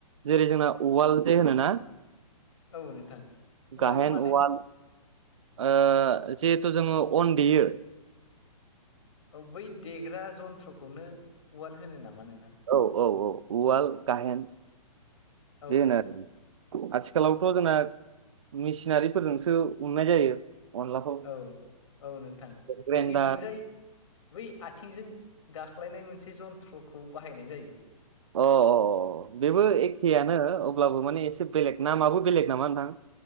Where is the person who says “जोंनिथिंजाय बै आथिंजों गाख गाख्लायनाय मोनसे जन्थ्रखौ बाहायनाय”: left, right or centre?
Left